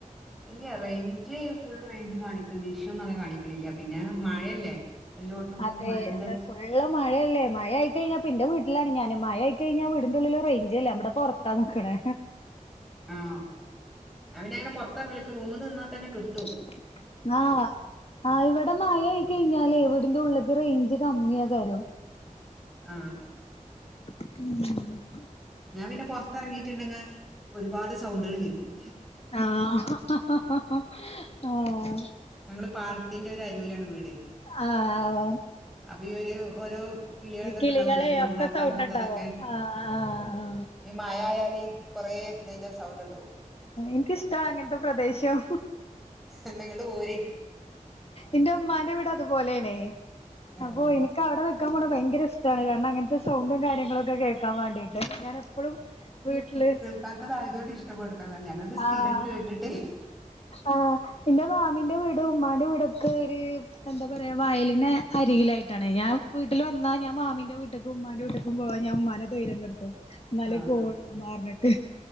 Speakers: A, in the centre; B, on the left (about 45°).
A: ഇല്ല റേഞ്ച് ഫുൾ റേഞ്ച് കാണിക്ക്‌ണ്ട് ഇഷ്യുന്നും അങ്ങെനെ കാണിക്കണില്ല പിന്നെ മഴയല്ലേ എല്ലായിടത്തും ഫുൾ
B: അതെ
A: മഴന്റെ
B: <unintelligible> ഫുള്ള് മഴയല്ലേ മഴയായിക്കഴിഞ്ഞാ ഇപ്പന്റെ വീട്ടിലാണ് ഞാന് മഴയായിക്കഴിഞ്ഞാൽ വീടിന്റെ ഉള്ളില് റെയിഞ്ചേല്ല ഞാബടെ പൊറ ത്താ നിക്കണ്
A: ആഹ് ഞാ പിന്നെ അങ്ങനെ പൊറത്തറങ്ങലൊക്കെ റൂമ്ന്ന് നിന്നാൽത്തന്നെ കിട്ട്
B: <unintelligible> ആഹ് ഇവിടെ മയ ആയി കഴിഞ്ഞാലേ വീട്ന്റെ ഉള്ളക്ക് റേഞ്ച് കമ്മിയെക്കാരം
A: ആഹ്
B: ഉം
A: ഞാൻ പിന്നെ പൊറത്തെറങ്ങിട്ട്ണ്ടെങ്ങ് ഒരുപാട് സൗണ്ടുകള് കേൾക്കും
B: ആഹ്
A: ഞങ്ങള് പാടത്തിന്റെ ഒരു അരൂലാണ് വീടെ
B: ആഹ്
A: അപ്പൊ ഇയ്യ് ഒരു ഓരോ കിളികൾ ഇതൊക്കെ
B: കിളികളെ
A: ഉണ്ടാവില്ലേ ഈ മണ്ണാട്ട
B: ഒക്കെ സൗണ്ട്
A: അങ്ങനത്തതൊക്കെ
B: ഇണ്ടാവും ആഹ് ആഹ് ആഹ്
A: ഈ മയ ആയാല് കൊറേ ഇതിന്റെ സൗണ്ട് ഇണ്ടാവും
B: ആഹ് ഇനിക്കിഷ്ട്ടാണ് അങ്ങനത്തെ പ്രദേശം
A: ഇന്നാങ്ങട്ട് പോര്
B: ഇന്റെ ഉമ്മാന്റെ വീട് അതുപോലെയാണെ
A: ഏഹ്
B: അപ്പൊ എന ഇക്ക് അവിടെ നിക്കാൻ പോണേ ഭയങ്കര ഇഷ്ട്ടാണ് കാരണം അങ്ങനത്തെ സൗണ്ടും കാര്യങ്ങളൊക്കെ കേ ക്കാൻ വേണ്ടീട്ട് ഞാൻ എപ്പളും വീട്ടില്
A: ക്കാത്തതായോണ്ട് ഇഷ്ടപ്പെടുന്നതാണ് ഞങ്ങള്ത്
B: ആഹ്
A: സ്ഥിരം കേട്ടിട്ടെ
B: ആഹ് ഇന്റെ മാമിന്റെ വീട് ഉമ്മാന്റെ വീടൊക്കെ ഒരു എന്താ പറയാ വയലിനെ അരികിലായിട്ടാണെ ഞാൻ വീട്ടില് വന്നാ ഞാൻ മാമീന്റെ വീട്ട്ക്കും ഉമ്മാന്റെ വീട്ട്ക്കും പോവാൻ ഞാൻ ഉമ്മാനെ തൊയ്രെങ്ങെടുത്തും ഇന്നാലേ
A: ആ
B: പോള്ളൂ ഉമ്മ പറിഞ്ഞിട്ട്